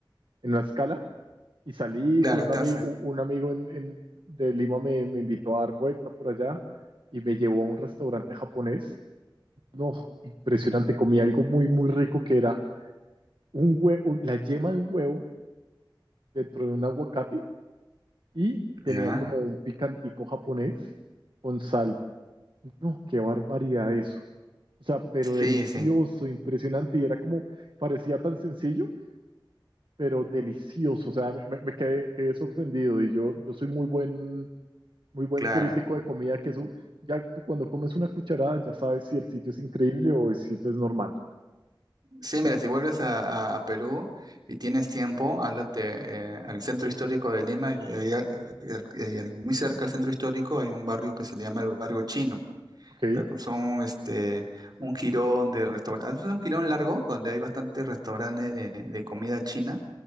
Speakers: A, on the right (about 70°); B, on the right (about 55°).
A: en una escala. Y salí
B: Claro,
A: con
B: estás.
A: un amigo,
B: eh,
A: un amigo en, en- de Lima me, me invitó a dar vuelta por allá y me llevó a un restaurante japonés. No, impresionante. Comí algo muy, muy rico que era un huevo, la yema de un huevo dentro de un aguacate y tenía
B: ¿Ya?
A: como un picantico japonés con sal. No, qué barbaridad eso. O sea, pero
B: Sí,
A: delicioso,
B: sí,
A: impresionante. Y era como, parecía tan sencillo, pero delicioso. O sea, me, me- me quedé, quedé sorprendido. Y yo, yo soy muy buen, muy buen
B: claro.
A: crítico de comida, que eso, ya tú cuando comes una cucharada, ya sabes si el sitio es increíble o el sitio es normal.
B: Sí,
A: Ya
B: mira,
A: sabes.
B: si vuelves a, a- a Perú y tienes tiempo, háblate eh, al centro histórico de Lima y, ahí a- y al- y al- muy cerca al centro histórico hay un barrio que se llama el barrio chino.
A: Ok.
B: la cu- Son este, un jirón de restaurantes, es un jirón largo donde hay bastantes restaurantes de, de comida china